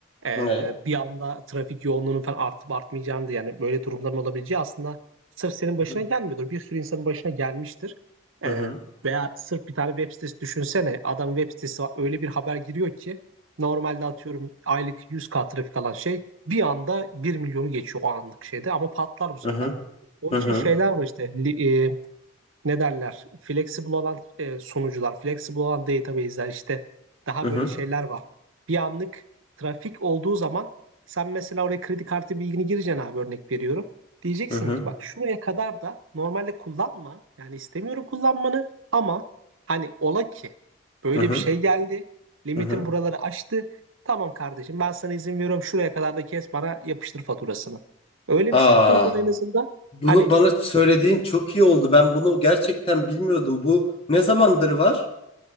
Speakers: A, on the right; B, on the left.
A: Ee,
B: Ne?
A: bir anda trafik yoğunluğunun falan artıp artmayacağını da yani böyle durumların olabileceği aslında sırf senin başına
B: Hı hı.
A: gelmiyordur. Bir sürü insanın başına gelmiştir.
B: Hı
A: E,
B: hı.
A: veya sırf bir tane web sitesi düşünsene. Adam web sitesi var. Öyle bir haber giriyor ki normalde atıyorum aylık yüz k trafik alan şey bir anda bir milyonu geçiyor o anlık şeyde ama patlar bu sefer.
B: Hı hı.
A: Onun
B: Hı
A: için
B: hı.
A: şeyler var işte li- e, ne derler flexible olan e, sunucular, flexible olan database'ler işte daha
B: Hı
A: böyle
B: hı.
A: şeyler var. Bir anlık trafik olduğu zaman sen mesela oraya kredi kartı bilgini gireceksin abi örnek veriyorum. Diyeceksin
B: Hı hı. Hı hı.
A: ki bak şuraya kadar da normalde kullanma. Yani istemiyorum kullanmanı ama hani ola ki böyle
B: Hı hı.
A: bir şey geldi. Limitin
B: Hı hı.
A: buraları aştı. Tamam kardeşim ben sana izin veriyorum şuraya kadar da kes bana yapıştır faturasını. Öyle
B: Aa,
A: bir şey kurgula en azından.
B: bunu
A: Hani
B: bana söylediğin çok iyi oldu. Ben bunu gerçekten bilmiyordum. Bu ne zamandır var?